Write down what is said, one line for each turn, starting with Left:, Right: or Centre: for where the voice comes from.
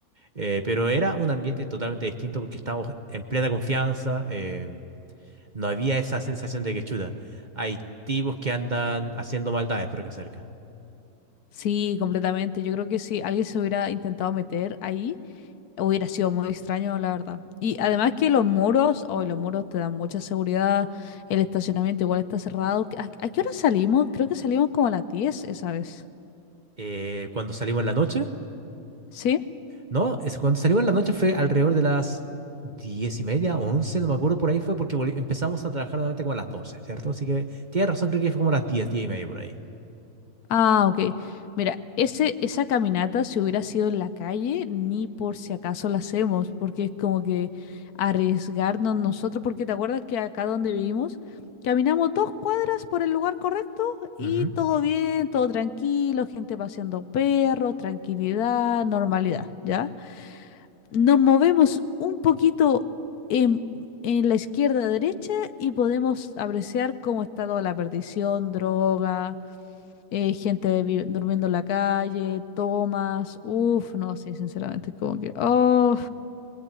Right: Eh, pero era un ambiente totalmente distinto porque estábamos en plena confianza. eh, no había esa sensación de que chuta. Hay tipos que andan haciendo maldades por acá cerca.
Left: Sí, completamente. Yo creo que si alguien se hubiera intentado meter ahí, hubiera sido muy extraño, la verdad. Y además que los muros, hoy los muros te dan mucha seguridad, el estacionamiento igual está cerrado. ¿A, a qué hora salimos? Creo que salimos como a las 10 esa vez.
Right: Eh, cuando salimos en la noche.
Left: ¿Sí?
Right: No, es cuando salimos en la noche fue alrededor de las diez y media, once, no me acuerdo por ahí fue porque volvi- empezamos a trabajar nuevamente como a las doce, ¿cierto? Así que tienes razón, creo que fue como a las diez, diez y media por ahí.
Left: Ah, ok. Mira, ese, esa caminata, si hubiera sido en la calle, ni por si acaso la hacemos, porque es como que arriesgarnos nosotros, porque te acuerdas que acá donde vivimos, caminamos dos cuadras por el lugar correcto y
Right: Ujú.
Left: todo bien, todo tranquilo, gente paseando perros, tranquilidad, normalidad, ¿ya? Nos movemos un poquito en, en la izquierda-derecha y podemos apreciar cómo está toda la perdición, droga eh, gente de vi- durmiendo en la calle, tomas, uff, no, sí, sinceramente, es como que, oh,